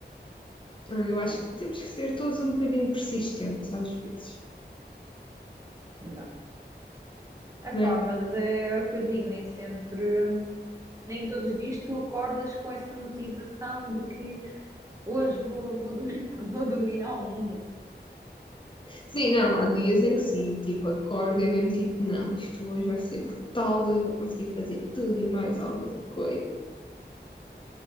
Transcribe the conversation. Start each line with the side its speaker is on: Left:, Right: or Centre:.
Left: eu
Right: Não,
Left: acho que temos que ser todos um bocadinho persistentes às vezes,
Right: não. Epá,
Left: não é?
Right: mas é, é o que eu digo, nem sempre, hum, nem todos os dias tu acordas com essa motivação de que hoje vou, vou, dominar, <laughs> vou dominar o mundo.
Left: Sim, não, há
Right: Oh,
Left: dias em que sim, tipo, acordo e é mesmo tipo, não, isto hoje vai ser brutal, hoje vou conseguir fazer tudo e mais alguma coisa.